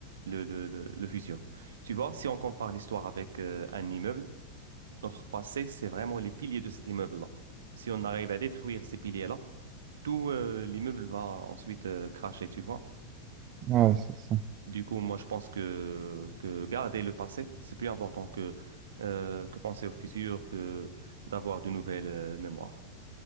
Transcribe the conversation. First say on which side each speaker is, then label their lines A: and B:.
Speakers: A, on the right; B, on the right.
A: le, le, le, le futur. Tu vois, si on compare l'histoire avec euh, un immeuble, notre passé, c'est vraiment les piliers de cet immeuble-là. Si on arrive à détruire ces piliers-là, tout euh, l'immeuble va ensuite euh, cracher, tu vois?
B: Ouais, c'est ça.
A: Du coup, moi, je pense que, que garder le passé, c'est plus important que, euh, que penser au futur, que d'avoir de nouvelles euh, mémoires.